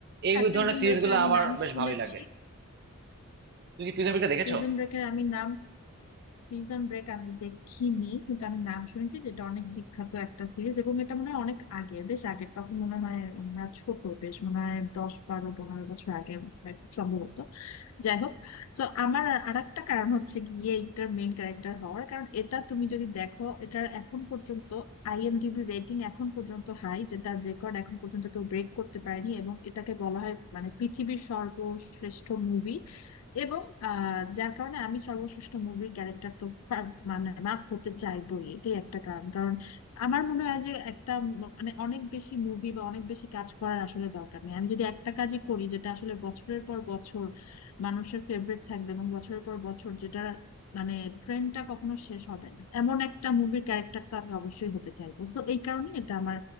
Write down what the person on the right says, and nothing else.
এই
ধরনের সিরিজ
গুলো
আমার
বেশ
ভালোই লাগে তুমি কি প্রিজন ব্রেকটা দেখেছো